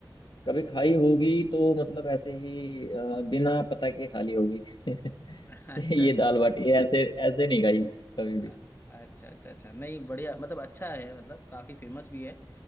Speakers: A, on the left (about 65°); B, on the left (about 25°).
A: कभी खाई होगी तो मतलब ऐसे ही अ, बिना पता के खाली होगी <laughs>
B: <laughs> अच्छा
A: ये
B: अच्छा
A: दाल बाटी ये ऐसे ऐसे नहीं खाई कभी भी
B: अ- अच्छा अच्छा अच्छा नहीं बढ़िया मतलब अच्छा है मतलब काफी फेमस भी है